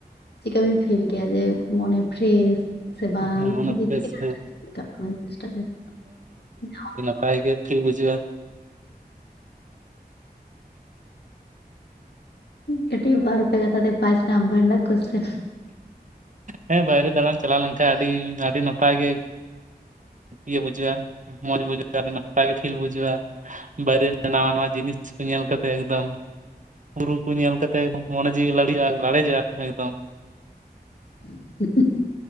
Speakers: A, on the left (about 80°); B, on the right (about 50°).
A: ᱪᱤᱠᱟ ᱵᱤᱱ ᱯᱷᱮᱞ ᱜᱮᱭᱟ ᱡᱮ ᱢᱚᱱᱮ ᱯᱷᱨᱮᱥ? ᱥᱮ ᱵᱟᱝ
B: ᱦᱮᱸ ᱢᱚᱱᱮ
A: <unintelligible>
B: ᱯᱷᱨᱮᱥ ᱦᱮᱸ ᱯᱮᱨᱟᱭ ᱜᱮ ᱯᱷᱤᱞ ᱵᱩᱡᱩᱜᱼᱟ᱾
A: ᱠᱟᱹᱴᱤᱡ ᱵᱟᱨ ᱯᱮ ᱠᱟᱛᱷᱟ ᱛᱮ ᱯᱟᱸᱪ ᱱᱟᱢᱵᱟᱨ ᱨᱮᱱᱟᱜ ᱠᱚᱥᱪᱮᱱ᱾
B: ᱦᱮᱸ ᱵᱟᱭᱨᱮ ᱫᱟᱬᱟᱱ ᱪᱟᱞᱟᱣ ᱞᱮᱱᱠᱟᱱ, ᱟᱹᱰᱤ ᱟᱹᱰᱤ ᱱᱟᱯᱟᱭ ᱜᱮ᱾ ᱤᱭᱟᱹ ᱵᱩᱡᱷᱟᱹᱜᱼᱟ᱾ ᱢᱚᱸᱡᱽ ᱵᱩᱡᱷᱟᱹᱜᱼᱟ᱾ ᱟᱹᱰᱤ ᱱᱟᱯᱟᱭ ᱜᱮ ᱯᱷᱤᱞ ᱵᱩᱡᱷᱟᱹᱜᱼᱟ᱾ ᱵᱟᱭᱨᱮ ᱨᱮ ᱱᱟᱣᱟ ᱱᱟᱣᱟ ᱡᱤᱱᱤᱥ ᱠᱚ ᱧᱮᱞ ᱠᱟᱛᱮᱫ ᱮᱠᱫᱚᱢ᱾ ᱵᱩᱨᱩ ᱠᱚ ᱧᱮᱞ ᱠᱟᱛᱮ ᱢᱚᱱᱮ ᱡᱤᱣᱤ ᱞᱟᱲᱤᱡᱼᱟ, ᱞᱟᱲᱮᱡᱚᱜᱼᱟ, ᱮᱠᱫᱚᱢ᱾
A: <unintelligible>